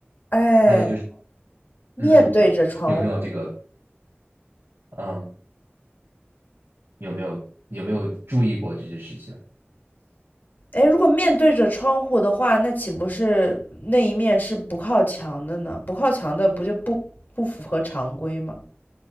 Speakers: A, on the left; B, on the right.
A: 哎，
B: 还有，
A: 面对着窗户，
B: 嗯，有没有这个，嗯，有没有有没有注意过这些事情？
A: 哎，如果面对着窗户的话，那岂不是那一面是不靠墙的呢？不靠墙的不就不不符合常规吗？